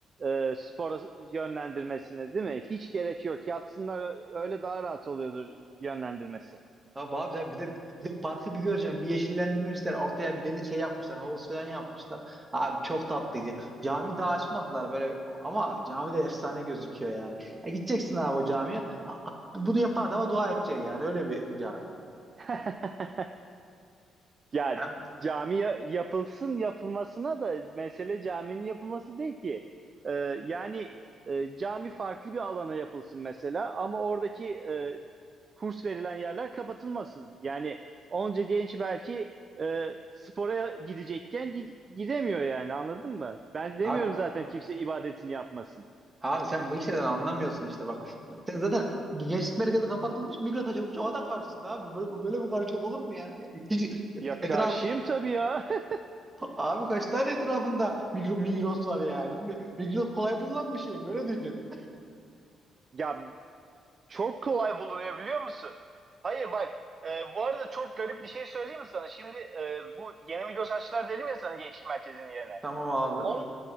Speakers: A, on the right (about 40°); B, on the right (about 20°).
A: e, spora yönlendirmesine, değil mi? Hiç gerek yok. Yatsınlar öyle daha rahat oluyordur yönlendirmesi.
B: Tabii abi tabii bir de bir de parkı bir göreceğim. Bir yeşillendirmişler. Ortaya bir deniz şey yapmışlar. Havuz falan yapmışlar. Abi çok tatlıydı. Cami daha açmadılar böyle ama cami de efsane gözüküyor yani. Ya gideceksin abi o camiye. A- a- Bunu yapan adama dua edeceksin yani. Öyle bir cami.
A: <laughs> Ya
B: Ya
A: cami ya- yapılsın yapılmasına da mesele caminin yapılması değil ki. Ee, yani e, cami farklı bir alana yapılsın mesela ama oradaki e, kurs verilen yerler kapatılmasın. Yani onca genç belki e, spora gidecekken gi- gidemiyor yani anladın mı? Ben demiyorum
B: abi
A: zaten kimse ibadetini yapmasın.
B: abi sen bu işlerden anlamıyorsun işte bak. Sen zaten gençlik merkezi kapatılmış, Migros açılmış. O da karşısında abi. Böyle, böyle bir karşılık olur mu ya? Hiç,
A: Ya
B: etraf
A: karşıyım tabii ya. <laughs>
B: Abi kaç tane etrafında Migros, Migros var yani. Şimdi Migros kolay bulunan bir şey mi? Öyle düşün.
A: Ya çok kolay bulunuyor biliyor musun? Hayır bak e, bu arada çok garip bir şey söyleyeyim mi sana? Şimdi e, bu yeni Migros açtılar dedim ya sana gençlik merkezinin yerine.
B: Tamam abi.
A: Onun